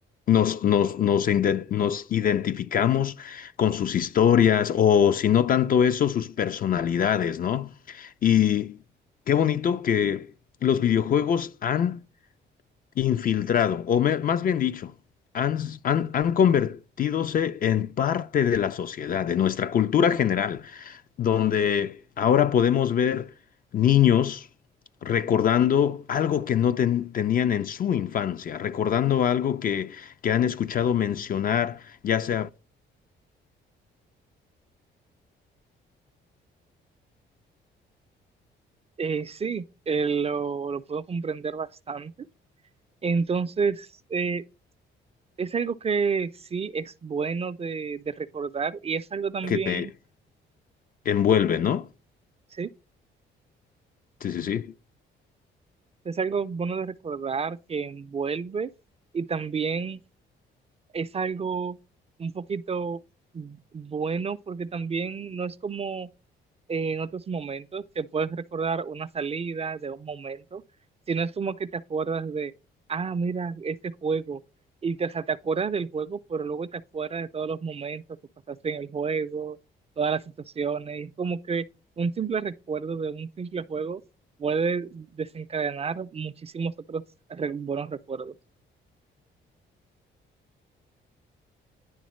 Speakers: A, on the left (about 45°); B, on the right (about 30°).
A: Nos, nos, nos, inde- nos identificamos con sus historias o si no tanto eso, sus personalidades, ¿no? Y qué bonito que los videojuegos han infiltrado, o me- más bien dicho, han, han, han convertidose en parte de la sociedad, de nuestra cultura general donde ahora podemos ver niños recordando algo que no ten- tenían en su infancia, recordando algo que, que han escuchado mencionar, ya sea
B: Eh, sí, eh, lo, lo puedo comprender bastante. Entonces, eh, es algo que sí es bueno de, de recordar y es algo también,
A: que te envuelve, ¿no?
B: sí,
A: Sí, sí, sí.
B: es algo bueno de recordar que envuelve y también es algo un poquito bueno porque también no es como en otros momentos que puedes recordar una salida de un momento, si no es como que te acuerdas de, ah, mira, este juego, y te, o sea, te acuerdas del juego, pero luego te acuerdas de todos los momentos que pasaste en el juego, todas las situaciones, y es como que un simple recuerdo de un simple juego puede desencadenar muchísimos otros re- buenos recuerdos.